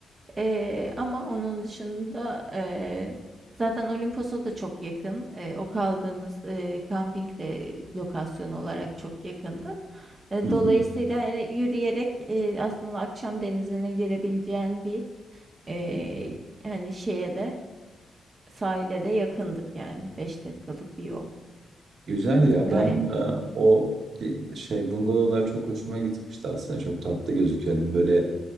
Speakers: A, on the right (about 30°); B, on the right (about 60°).
A: Ee, ama onun dışında e, zaten Olimpos'a da çok yakın. E, o kaldığımız e, kamping de lokasyon olarak çok yakındı. E,
B: Hı hı.
A: dolayısıyla hani yürüyerek e, aslında akşam denizine girebileceğin bir e, hani şeye de sahile de yakındık yani 5 dakikalık bir yol.
B: Güzel ya
A: Gayet.
B: ben e, o ki- şey bungalovlar çok hoşuma gitmişti aslında çok tatlı gözüküyordu böyle